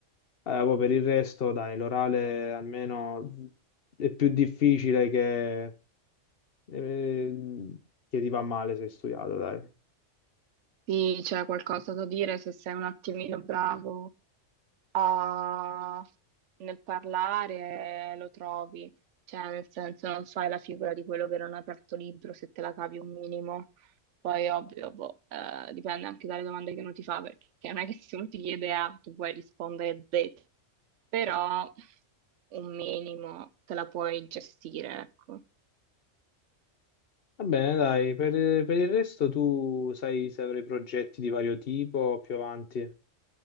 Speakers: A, on the left; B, on the right.
A: Eh, poi per il resto, dai, l'orale almeno è più difficile che, eh, che ti va male se hai studiato, dai.
B: Sì, c'è qualcosa da dire, se sei un attimino bravo a- nel parlare lo trovi, cioè nel senso non fai la figura di quello che non ha aperto libro se te la cavi un minimo. Poi ovvio, boh, eh, dipende anche dalle domande che uno ti fa, perché non è che se uno ti chiede A, tu puoi rispondere Z, però un minimo te la puoi gestire, ecco.
A: Va bene, dai, per, per il resto tu sai se avrai progetti di vario tipo più avanti,